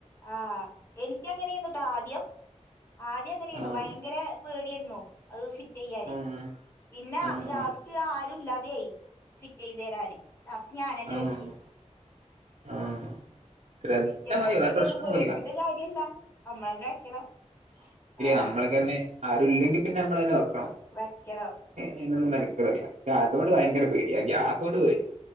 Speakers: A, on the left (about 20°); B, on the right (about 70°).
A: ആഹ് എനിക്ക് അങ്ങനെയന്നുട്ട ആദ്യം ആദ്യം അങ്ങനെയിന്നു
B: ആഹ്
A: ഭയങ്കര പേടിയായിരുന്നു അത് ഫിറ്റ് ചെയ്യാനെ
B: ആഹ്
A: പിന്ന
B: ആഹ്
A: രാവ്‌സ്തി
B: ആഹ്
A: ആരും ഇല്ലാതയായി ഫിറ്റെയത് തരാനെ ലാസ്റ്റ് ഞാനന്നെ
B: ആഹ്
A: വെ
B: ആഹ് ശ്രദ്ധിച്ചാ
A: എനിക്കന്ന
B: മതി
A: വെക്കേണ്ടി
B: വേറെ പ്രശ്നൊന്നുല്ല
A: വന്ന് പേടിച്ചിട്ട് കാര്യ ഇല്ല നമ്മളന്നെ വെക്കണം ആ
B: നമ്മളക്കന്നെ ആരുല്ലെങ്കി പിന്നെ നമ്മളന്നെ വെക്കണം
A: വെക്കണം
B: അയിനൊന്നും മെനക്കെടില്ല. ഗ്യാതോട് ഭയങ്കര
A: ആഹ്
B: പേടിയാ ഗ്യാസോട് പേടിയാ